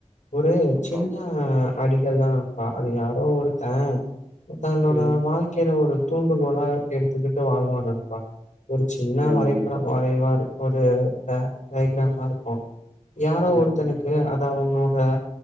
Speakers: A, on the left; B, on the right.
A: ஒரு
B: ம் ஆமா
A: சின்ன
B: ஆமா
A: அடி ல்லா அது யாரோ ஒருத்த தன்னோட
B: ம்
A: வாழ்க்கேலே ஒரு தூண்டுகோலா எடுத்துக்கிட்டு வாழ்வா நண்பா ஒரு சின்ன
B: ம்
A: வரைபடம் வரைவாரு ஒரு ட டய்க்ராம் மார்ருக்கு யாரோ ஒரு
B: ம்
A: <unintelligible> அது அவனோட